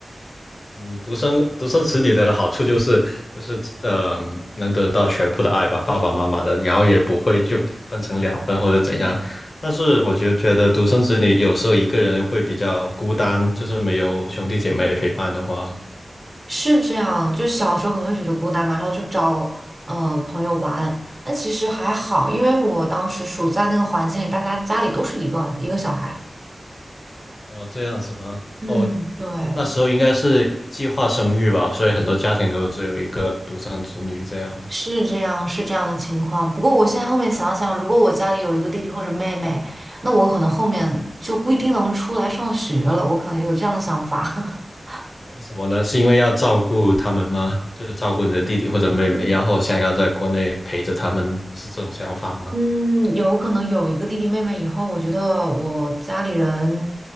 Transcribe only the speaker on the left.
嗯，独生独生子女的好处就是就是呃，能得到全部的爱吧，爸爸妈妈的，然后也不会就分成两份或者怎样。但是我就觉得独生子女有时候一个人会比较孤单，就是没有兄弟姐妹陪伴的话。
哦，这样子吗？
哦，
那时候应该是计划生育吧，所以很多家庭都只有一个独生子女这样的。
为什么呢？是因为要照顾他们吗？就是照顾你的弟弟或者妹妹，然后想要在国内陪着他们，是这种想法吗？